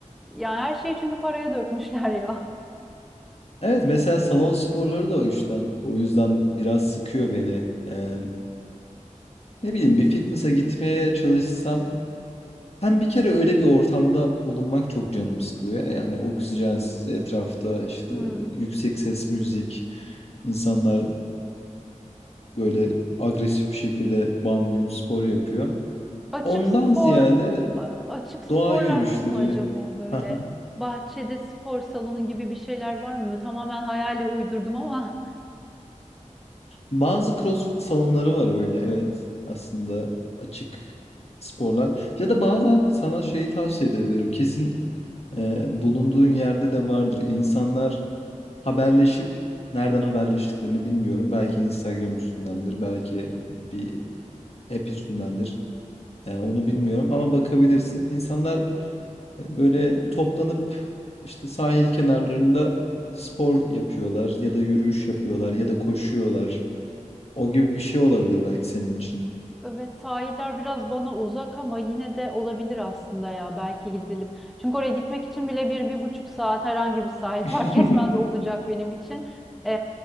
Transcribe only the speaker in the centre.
Yani her şeyi çünkü paraya dökmüşler ya.
Hmm.
Açık
spor
a- açık sporlar
var mı acaba böyle
bahçede spor salonu gibi bir şeyler var mı? Tamamen hayali uydurdum ama
Evet sahiller biraz bana uzak ama yine de olabilir aslında ya belki gidelim. Çünkü oraya gitmek için bile bir, bir buçuk saat herhangi bir sahil <laughs>
fark etmez olacak benim için. Ee,